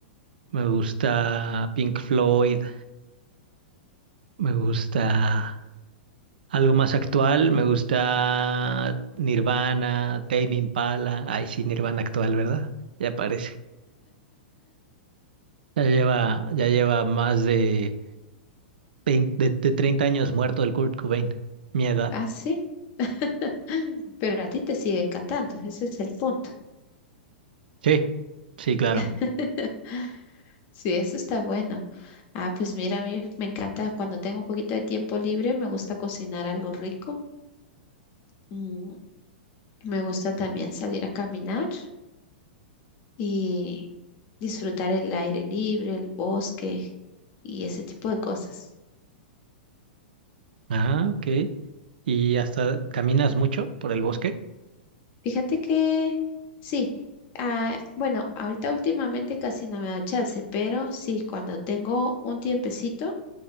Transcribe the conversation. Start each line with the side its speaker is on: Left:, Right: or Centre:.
Right: me gusta Pink Floyd, me gusta algo más actual, me gusta Nirvana, Tame Impala, ay sí, Nirvana actual, ¿verdad? Ya parece. Ya lleva, ya lleva más de veinte de, de 30 años muerto el Kurt Cobain, mi edad.
Left: Ah, sí. <gasps> Pero a ti te sigue encantando, ese es el punto.
Right: Sí, sí, claro.
Left: <laughs> Sí, eso está bueno. Ah, pues mira, a mí me encanta cuando tengo un poquito de tiempo libre, me gusta cocinar algo rico. Mm, me gusta también salir a caminar y disfrutar el aire libre, el bosque y ese tipo de cosas.
Right: Ah, ok. ¿Y hasta caminas mucho por el bosque?
Left: Fíjate que sí. Ah, bueno, ahorita últimamente casi no me da chance, pero sí, cuando tengo un tiempecito,